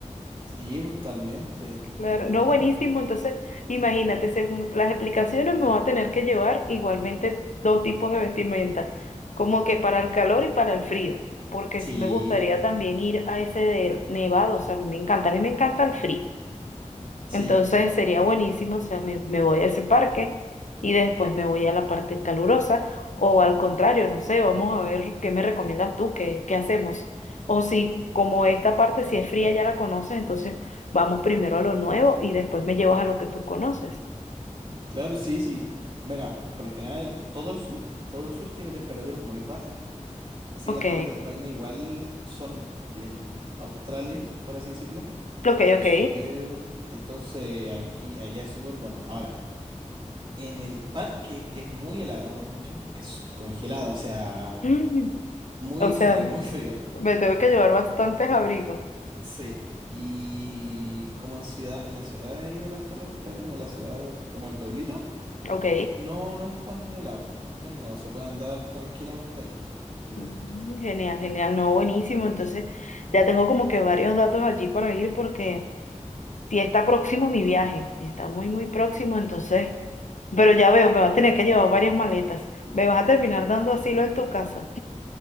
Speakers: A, on the right; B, on the left.
A: Sí, po, totalmente.
B: Claro,
A: Totalmente.
B: no, buenísimo. Entonces, imagínate, según las explicaciones, me voy a tener que llevar igualmente dos tipos de vestimenta, como que para el calor y para el frío, porque
A: Sí,
B: sí me gustaría también ir a ese del nevado. O sea, a mí me encanta, a mí me encanta el frío.
A: sí.
B: Entonces sería buenísimo, o sea, me, me voy a ese parque y después me voy a la parte calurosa o al contrario, no sé, vamos a ver qué me recomiendas tú, qué, qué hacemos. O si como esta parte si es fría ya la conoces, entonces vamos primero a lo nuevo y después me llevas a lo que tú conoces.
A: Claro, sí, sí. Bueno, por lo general, todo el sur, todo el sur tiene temperaturas muy bajas, así
B: Ok,
A: que las Torres del Paine igual son bien australes, por así decirlo.
B: ok,
A: Son
B: ok.
A: súper, entonces aquí, allá es súper bueno. Ahora, en el parque es muy helado, me han dicho, es congelado, o sea,
B: Mm,
A: muy
B: O
A: frío,
B: sea,
A: muy frío.
B: me tengo que llevar bastantes abrigos.
A: Sí. Y como en ciudad, en la ciudad de ahí de las Torres del Paine, como en la ciudad, como el pueblito.
B: Ok.
A: No, no es tan helado, no es tan helado, se puede andar tranquilamente ahí, no hay problema.
B: Mm, Genial, genial, no, buenísimo. Entonces, ya tengo como que varios datos allí para ir porque... Y está próximo mi viaje, y está muy, muy próximo, entonces, pero ya veo, me va a tener que llevar varias maletas. Me vas a terminar dando asilo en tu casa.